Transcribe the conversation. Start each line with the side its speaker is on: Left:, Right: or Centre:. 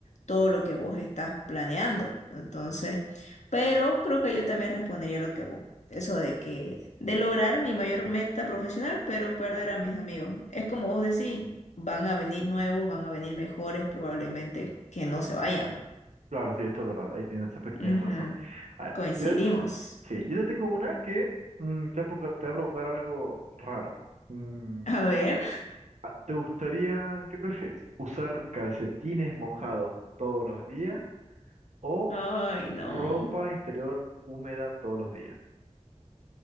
Left: todo lo que vos estás planeando. Entonces, pero creo que yo también respondería lo que vos eso de que, de lograr mi mayor meta profesional, pero perder a mis amigos. Es como vos decís, van a venir nuevos, van a venir mejores, probablemente que no se vayan.
Right: claro, sí, esto es verdad, ahí tienes, ese aspecto tienes
Left: Ujú.
Right: razón. A ver,
Left: Coincidimos.
Right: yo, te- sí, yo te tengo una que mm, te, va a provocar te va a provocar algo raro. Mm,
Left: A ver.
Right: ah, ¿te gustaría, qué prefieres? ¿Usar calcetines mojados todos los días o
Left: Ay, no.
Right: ropa interior húmeda todos los días?